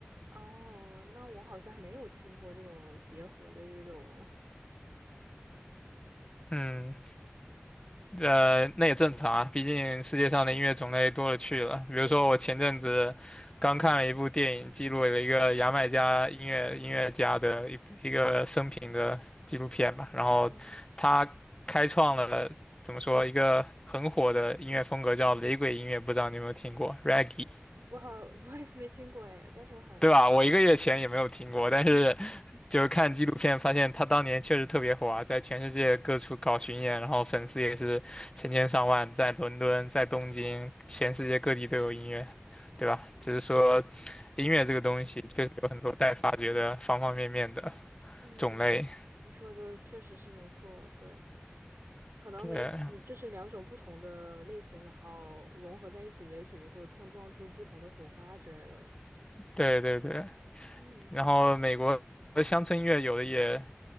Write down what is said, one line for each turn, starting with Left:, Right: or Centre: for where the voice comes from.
Right: 哦，那我好像没有听过这种结合的这种，
Left: 嗯，呃，那也正常啊，毕竟世界上的音乐种类多了去了。比如说，
Right: 嗯
Left: 我前阵子刚看了一部电影，记录了一个牙买加音乐音乐家的一部一个生平的纪录片吧。然后他开创了怎么说一个很火的音乐风格，
Right: 嗯嗯。
Left: 叫雷鬼音乐，不知道你有没有听过 Reggae，
Right: 不好，<laughs> 不好意思，没听过哎，但是我很感
Left: 对吧？我一个月前也没有听过，但是
Right: 嗯，
Left: 就是看纪录片发现他当年确实特别火啊，在全世界各处搞巡演，然后粉丝也是成千上万，在伦敦、在东京，
Right: 好，
Left: 全世界各地都有音乐，
Right: 然后呢
Left: 对吧？只是说音乐这个东西确实有很多待发掘的方方面面的
Right: 嗯，
Left: 种类，
Right: 嗯你说的确实是没错，对，可能没你就是两种不同的类型，
Left: 对，
Right: 然后融合在一起，也许会碰撞出不同的火花之类的。
Left: 对对对。
Right: 嗯
Left: 然后美国的乡村音乐有的也